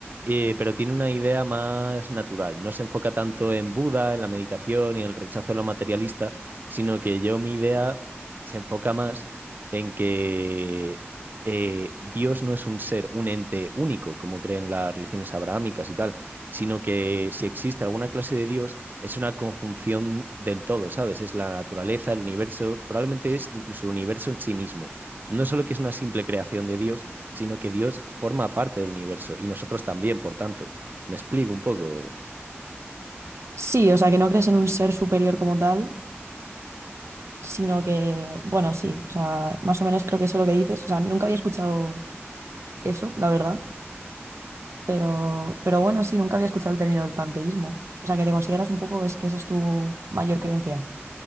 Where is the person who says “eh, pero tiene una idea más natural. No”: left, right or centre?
Right